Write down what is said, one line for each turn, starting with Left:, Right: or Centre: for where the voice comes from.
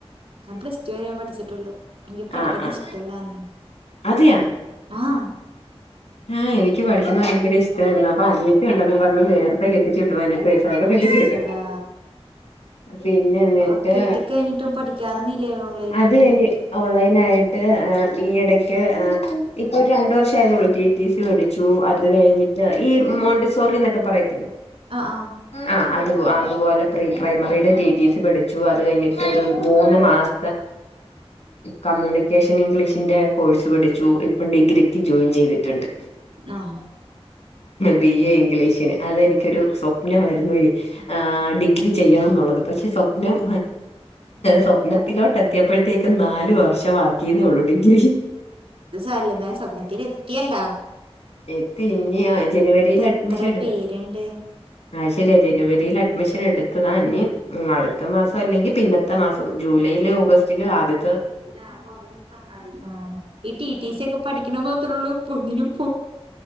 Right: ഞാൻ പ്സ്റ്റോൻ പഠിച്ചിട്ടുള്ളു ഇങ്കപ്പ പഠിക്കണ
Left: ആഹ് ആഹ്
Right: ഇച്ചിട്ടല്ലാനീ
Left: അതെയാ
Right: ആഹ
Left: ആഹ് എനിക്ക് പഠിക്കുന്നത് ഭയങ്കര ഇഷ്ടമായിരുന്നു അപ്പൊ അനത്തെ ഉണ്ടന്ന് പറഞ്ഞഞ് നേരത്തെ കെട്ടിച്ച പതിനട്ട പൈസക്കെ കെട്ടിച്ചട്ട്
Right: അശ്ശടാ
Left: പിന്നെ എന്നിട്ട്
Right: ആഹ് കെട്ടിക്കഴിഞ്ഞിട്ടും പഠിക്കാറുന്നില്ലേ ഓൺലൈൻ
Left: അത്
Right: ആയിട്ട്
Left: ഞ ഓ ഓൺലൈന ആയിട്ട് ഈ ഇടക്ക് ഇപ്പൊ
Right: ആഹ്
Left: ഒരു രണ്ട വർഷം ആയതോള പിടിച്ചു അത് കഴിഞ്ഞിട്ട് ഈ മോണ്ടിസോറി എന്നൊക്കെ പറയത്തില്ല
Right: ആഹ്
Left: ആ അത് അതുപോലെ പ്രീ പ്ര്രൈ ടെ ടി സി പഠിച്ചു അത് കഴിഞ്ഞിട്ട് മൂന്ന് മാസ ക്യൂണേഷ ൻ ഇംഗ്ലീഷിന്റെ കോഴ്സ് പഠിച്ചു ഇപ്പം ഡിഗ്രിക്ക് ജോയിൻ ചെയ്തിട്ടുണ്ട്
Right: ആഹ്
Left: ബി എ ഇംഗ്ലീഷിന് അതെനിക്കൊരു സ്വപ്നം സ്വപ്നമായിരുന്നു ആ ഡിഗ്രി ചെയ്യണം എന്നുള്ളത് പക്ഷെ സ്വപ്നം സ്വപ്നത്തിലോട്ട്
Right: സ്വപ്നം
Left: എത്തിയപ്പോഴത്തേക്ക നാലു വർഷംമാക്കീന്ന ഉള്ളൂങ്കില്
Right: ല്ല സ്വപ്നത്തിൽറ്റയല്ലാ
Left: എത്തി ഇനി ജനുവരിൽ അഡ്മിഷൻ
Right: എത്ര
Left: എടുത
Right: പേരുണ്ട്
Left: ആഹ ശരിയയാ ജനുവരിയിൽ അഡ്മിഷൻ എടുത്തതാ ഇനി അടുത്ത മാസം അല്ലെങ്കിൽ പിന്നത്തെ മാസം ജൂലൈയില് ഓഗസ്റ്റില് ആദ്യ
Right: ആ ഈ ടി ടി സി ഒക്കെ പഠിക്കണ മാത്രേ ഉള്ളൂ പൊന്നിനും